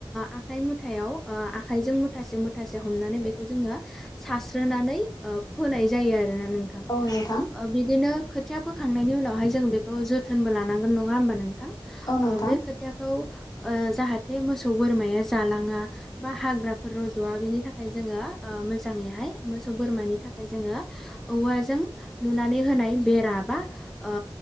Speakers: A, in the centre; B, on the left.
A: आखाइ मुथायाव ओ आखाइजों मुथासे मुथासे हमनानै बेखौ जोङो सारस्रोनानै ओ फोनाय जायो आरोना नोंथां।
B: औ नोंथां
A: ओ बिदिनो खोथिया फोखांनायनि उनावहाय जोङो बेखौ जोथोनबो लानांगोन नङा होमबा नोंथां। ओ
B: औ नोंथां
A: बे खोथियाखौ ओ जाहाथे मोसौ बोरमाया जालाङा। बा हाग्राफोर रज'वा बेनि थाखाय जोङो ओ मोजाङैहाय मोसौ बोरमानि थाखाय जोङो औवाजों लुनानै होनाय बेरा बा ओ